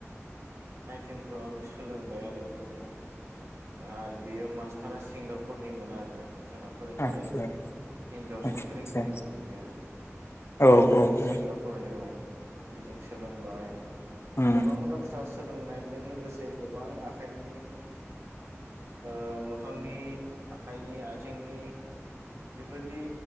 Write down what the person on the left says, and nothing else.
आदसा
आदसा
औ
औ
औ
उम